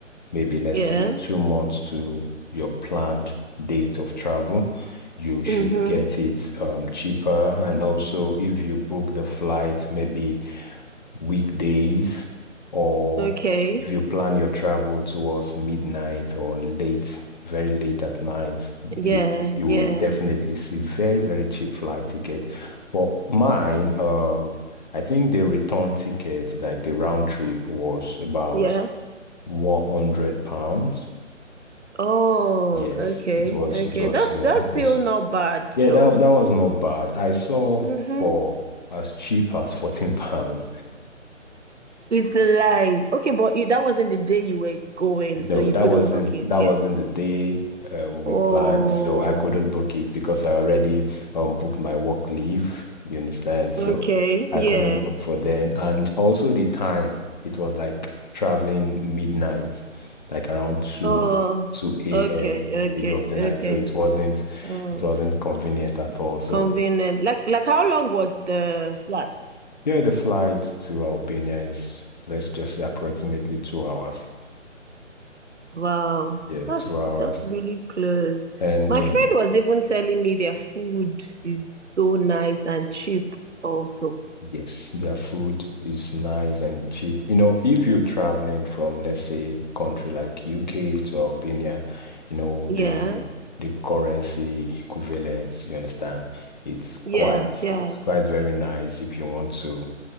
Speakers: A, on the left; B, on the right.
A: maybe let's
B: Yeah.
A: say two months to your planned date of travel, you should
B: Mm-hmm.
A: get it um, cheaper. And also, if you book the flight maybe weekdays, or
B: Okay.
A: if you plan your travel towards midnight or late, very late at night,
B: Yeah.
A: you you
B: Yeah.
A: will definitely see very, very cheap flight ticket. For mine, um, I think the return ticket, like the round trip, was about
B: Yes.
A: 100 pounds.
B: Oh,
A: Yes,
B: okay.
A: it was,
B: Okay.
A: it was,
B: That's
A: yeah,
B: that's
A: it
B: still
A: was,
B: not bad
A: yeah,
B: though.
A: that, that was not bad. I saw
B: Mm-hmm.
A: for as cheap as 14 <laughs> pounds.
B: It's a lie. Okay, but it, that wasn't the day you were going, so
A: No,
B: you
A: that
B: couldn't
A: wasn't
B: book it.
A: that
B: Yeah.
A: wasn't the day um, we
B: Oh,
A: planned, so I couldn't book it because I already um, booked my work leave. You understand? So
B: okay.
A: I
B: Yeah.
A: couldn't book for then, and also the time it was like traveling midnight, like around two
B: Oh,
A: two a.m.
B: okay.
A: in the middle
B: Okay.
A: of the
B: Okay.
A: night. So it wasn't
B: Oh,
A: it wasn't convenient at all. So
B: convenient. Like like how long was the flight?
A: yeah, the flight to Albania is let's just say approximately two hours.
B: Wow,
A: Yeah,
B: that's
A: two hours.
B: that's really close.
A: And
B: My
A: um,
B: friend was even telling me their food is so nice and cheap also.
A: Yes, their food is nice and cheap. You know, if you're traveling from, let's say, country like UK to Albania, you know,
B: Yes,
A: the the currency equivalence, you understand, it's quite
B: yes, yes.
A: it's quite very nice if you want to